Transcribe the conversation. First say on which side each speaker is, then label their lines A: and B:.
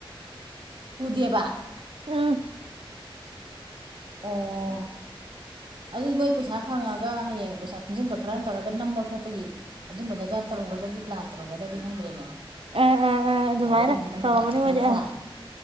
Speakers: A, on the right; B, on the right.
A: ꯄꯨꯗꯦꯕꯥ
B: ꯎꯝ
A: ꯑꯣ ꯑꯗꯨꯗꯤ ꯃꯣꯏ ꯄꯩꯁꯥ ꯐꯪꯉꯒ ꯍꯌꯦꯡ ꯄꯩꯁꯥ ꯇꯨꯡꯖꯟꯕ ꯈꯔ ꯇꯧꯔꯒ ꯅꯝꯕ ꯈꯣꯠꯄꯒꯤ ꯑꯗꯨꯝꯕꯗꯒ ꯇꯧꯔꯝꯒꯗ꯭ꯔꯗꯤ ꯄ꯭ꯂꯥꯟ ꯇꯧꯔꯝꯒꯗ꯭ꯔꯗꯤ ꯈꯪꯗ꯭ꯔꯦꯅꯦ
B: ꯑꯥ ꯑꯥ ꯑꯥ ꯑꯗꯨꯃꯥꯏꯅ
A: ꯗꯥꯏꯔꯦꯛ ꯑꯣꯏꯅ ꯅꯝꯕ
B: ꯇꯧꯔꯝꯃꯅꯤ ꯃꯣꯏꯗꯤ
A: ꯅꯠꯇ꯭ꯔꯥ
B: ꯑꯥ